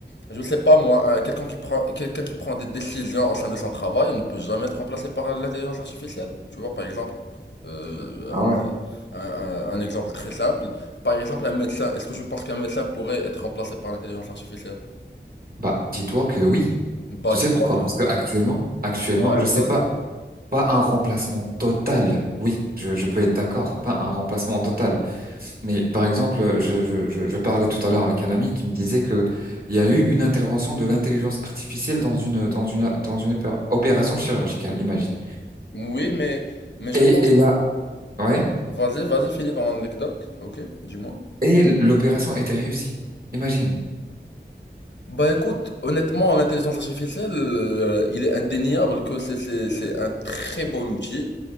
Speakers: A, on the left; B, on the right.
A: je ne sais pas moi, euh, quelqu'un qui prend quelqu'un qui prend des décisions au sein de son travail ne peut jamais être remplacé par l'intelligence artificielle. Tu vois, par exemple, euh,
B: Ah
A: un,
B: ouais.
A: un- un- un exemple très simple. Par exemple, un médecin. Est-ce que je pense qu'un médecin pourrait être remplacé par l'intelligence artificielle?
B: Bah, dis-toi que oui.
A: Bah,
B: Tu
A: dis-toi
B: sais pourquoi?
A: que.
B: Parce que actuellement, actuellement,
A: Ouais,
B: je sais
A: vas-y.
B: pas, pas un remplacement total. Oui, je, je peux être d'accord, pas un remplacement total. Mais par exemple, je, je, je, je parlais tout à l'heure avec un ami qui me disait que il y a eu une intervention de l'intelligence artificielle dans une dans une dans une opé- opération chirurgicale, imagine.
A: Oui, mais mais je
B: Et,
A: pense.
B: et là, ouais,
A: Vas-y, vas-y, finis ton anecdote. Ok, dis-moi.
B: et l'opération était réussie, imagine.
A: Bah écoute, honnêtement, l'intelligence artificielle, euh, il est indéniable que c'est c'est- c'est un très bon outil,